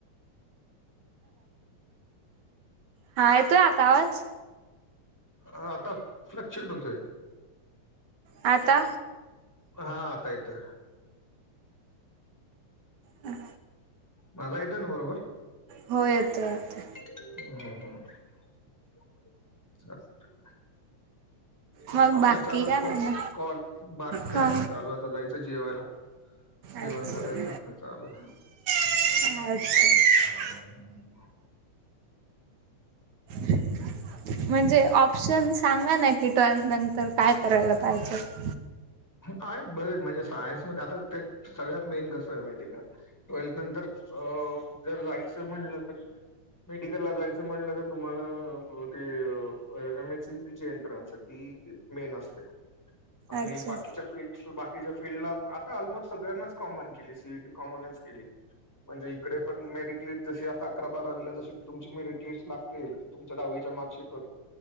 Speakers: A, on the right; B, in the centre.
A: हा, येतोय आता आवाज?
B: हा आता फ्लूक्च्युएट होतोय.
A: आता?
B: हा आता येतोय.
A: हम.
B: माझा येतोय ना बरोबर?
A: हो येतोय येतो.
B: <unintelligible>
A: मग
B: कॉलेज
A: बाकी
B: चालू,
A: काय म्हणणं
B: कॉ, बाकी काय
A: का
B: नही चालू, आता जायचं जेवायला. जेवण
A: अच्छा
B: करायचं चालू ये.
A: <unintelligible>
B: ते ह <inaudible>
A: ह <inaudible> म्हणजे ऑप्शन सांगा ना, की ट्वेल्थ नंतर काय करायला पाहिजे.
B: आहे बरेच म्हणजे सायन्समध्ये आता, ते सगळ्यात मेन कसं हाय माहिती आहे का? ट्वेल्थ नंतर अ जर जायचं म्हणलं तर मेडिकलला जायचं म्हणलं, तर तुम्हाला ते एम एस सीईटी ची एंटरन्स ये. ते मेन असत. आणि
A: अच्छा
B: बाकीच्या फील्ड, बाकीच्या फीलल्डला, आता ऑलमोस्ट सगळ्यांनाच कॉमन केली सीईटी. कॉमनस केली. म्हणजे इकडे पण मेरिट लिस्ट जशी, आता अकरा बारावीला जशी तुमची मेरिट लिस्ट लागते. तुमच्या दहावीच्या मार्कशीटवर